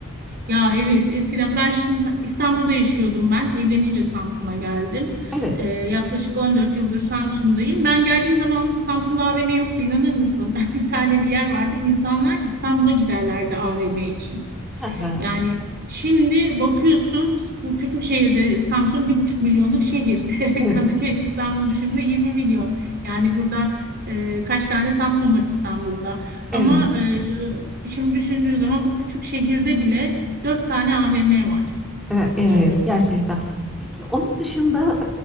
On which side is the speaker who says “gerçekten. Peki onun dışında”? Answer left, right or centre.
Centre